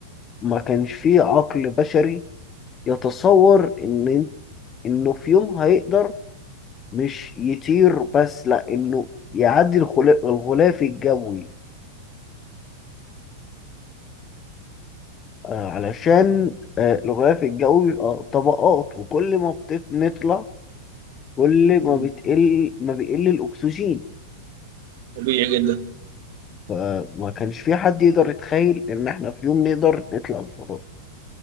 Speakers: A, on the left; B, on the right.
A: ما كانش فيه عقل بشري يتصور إن إنه في يوم هيقدر مش يطير بس لأ إنه يعدي الخلا- الغلاف الجوي آه، علشان آه، الغلاف الجوي بيبقى طبقات وكل ما بنطلع كل ما
B: مم.
A: بتقل ما بيقل الأكسجين
B: طبيعي جدا
A: فما كانش في حد يقدر يتخيل إن إحنا في يوم نقدر نطلع الفضاء